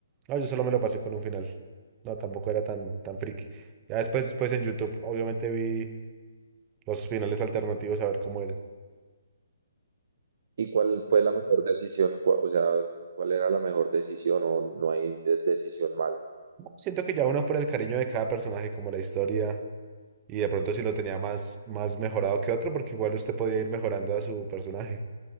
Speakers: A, on the right; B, on the right.
A: No, yo solo me lo pasé con un final. No, tampoco era tan, tan friki. Ya después, pues en YouTube, obviamente vi los finales alternativos a ver cómo eran.
B: ¿Y cuál fue la mejor decisión? Cu- O sea, ¿cuál era la mejor decisión o no hay de- decisión mala?
A: Siento que ya uno por el cariño de cada personaje, como la historia, y de pronto si lo tenía más, más mejorado que otro, porque igual usted podía ir mejorando a su personaje.